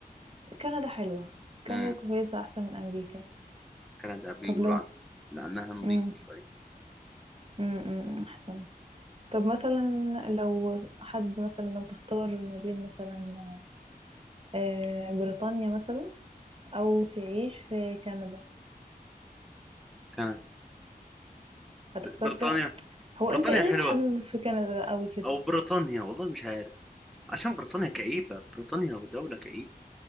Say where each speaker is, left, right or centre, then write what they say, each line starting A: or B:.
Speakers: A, on the right (about 35°); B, in the centre.
A: كندا حلوة
B: امم
A: كندا كويسة أحسن من أمريكا
B: كندا بيقولوا
A: طب لو
B: عن لأنها نظيفة
A: مم،
B: شوية
A: مم، مم، أحسن طب مثلا لو حد مثلا لو تختار ما بين مثلا آه، بريطانيا مثلا أو تعيش في كندا
B: كندا
A: هتختار
B: ب- بريطانيا
A: كندا هو
B: بريطانيا
A: أنت إيه اللي
B: حلوة
A: محبب في كندا أوي كده
B: أو بريطانيا والله مش عارف عشان بريطانيا كئيبة بريطانيا دولة كئيبة